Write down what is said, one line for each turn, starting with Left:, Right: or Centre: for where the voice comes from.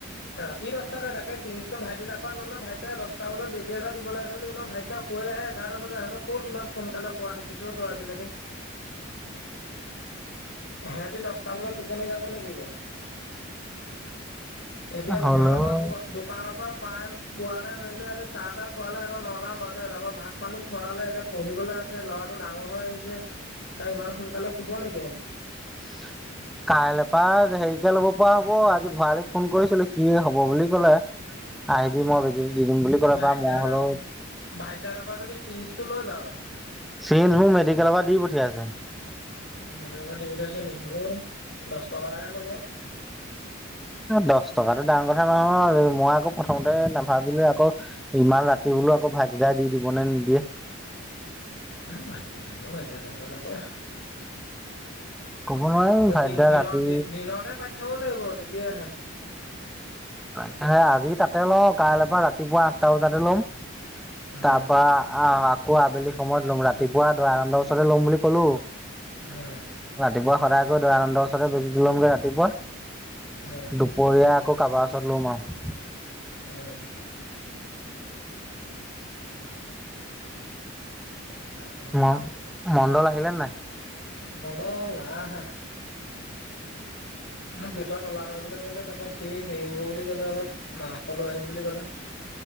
Left: ৰাতি দছটাতে তাকে চিনছটো ভাইটিদা পা ললে ভাইতদাই দছটা বজাত বেজি এটা দিব আছে বুলি এনেও ভাইটিদাক কৈহে, এঘাৰ বজাত সিহঁতক কত ইমান সোনকালে হোৱা দেখিছো তই আজিলৈকে। সিহঁতি দশটা বজাত টোপনি যাব নেকি বাও। এতিয়া
Centre: হ'লেও
Left: দোকানৰ পৰা পোৱা দোকানৰ পৰা পাই পোৱালে মেলিলে সিহঁতে চাহ তা খোৱালে সিহঁতৰ নটা মান বাজে, তাৰ পৰা ভাত পানী খোৱা হলে এতিয়া পঢ়িবলৈ আছে ল'ৰাটো ডাঙৰ হৈ আহিছে, তাই ইমান সোনকালে শুব নেকি এহেতি।
Centre: <inaudible> কাইলৈ পৰা হেৰিকে লব পৰা হব, আজি ভৰালিক ফোন কৰিছিলো সি হব বুলি ক'লে। আহিবি মই বেজ- জি দি দিম বুলি। ক'লে
Left: ভাইটি
Centre: বা মই
Left: দা
Centre: হ'লেও
Left: তাওব, ভাইটি দা তা পা যদি চিনছটো লৈ যাওঁ তই
Centre: চিঞ্জবো মেডিকেলৰ পৰা দি পঠিযাইছে।
Left: অ মেটৰ পাতি পঠাইছে নি হ'লোও দছ টকাহে ল'ব।
Centre: দছ টকাতটো ডাঙৰ কথা নহয় মই আকৌ প্ৰথমতে নাভাবিলো আকৌ ইমান ৰাতি বোলো আকৌ ভাইটিদাই দি দিব নে নিদিয়ে।
Left: হয় নাই ভাইটি দাই দিব ভাইটি দাই তেনেকুৱা নকৰে।
Centre: ক'ব নোৱাৰিম
Left: ত
Centre: ভাইটিদাই
Left: দিনত
Centre: ৰাতি
Left: দিনতে পাতি থব লাগিব, তেতিয়াহে।
Centre: তাকে, আজি তাতে লও, কাইলৰ পৰা ৰাতিপুৱা আঠটা বজাতে লম।
Left: উম
Centre: তা পা আহ আকৌ আবেলি সময়ত লম, ৰাতিপুৱা দয়ানন্দ ওচৰতে লম বুলি ক'লো।
Left: আহ।
Centre: ৰাতিপুৱা সদায় গৈ দয়ানন্দৰ ওচৰতে বেজিটো লমগে ৰাতিপুৱা,
Left: উম
Centre: দুপ- পৰীয়া আকৌ কাৰবাৰ ওচৰত লম আও।
Left: হয়। উম
Centre: মন মণ্ডল আহিলে নাই?
Left: মন্দল নাই অহা। মই গেটত তলা মাৰিবলৈ ক'লে তাৰপৰা সি দেৰি হ'ব বুলি ক'লে অলপ মাংস লৈ আহিম বুলি ক'লে।